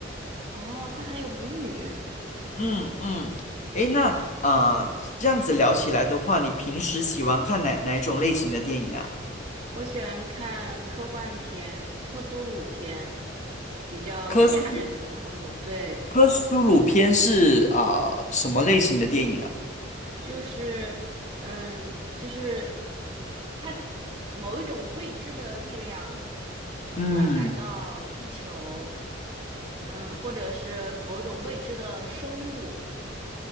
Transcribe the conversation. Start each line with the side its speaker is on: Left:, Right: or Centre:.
Right: 哦，他还有母女。
Left: 嗯嗯，诶，那啊这样子聊起来的话，你平时喜欢看哪哪一种类型的电影啊？
Right: 我喜欢看科幻片、克苏鲁片，比较吓人的。
Left: 科苏
Right: 嗯，对，
Left: 科苏鲁片是啊、呃什么类型的电影啊？
Right: 就是嗯，就是它某一种未知的力量
Left: 嗯
Right: 突然来到地球，嗯，或者是某一种未知的生物，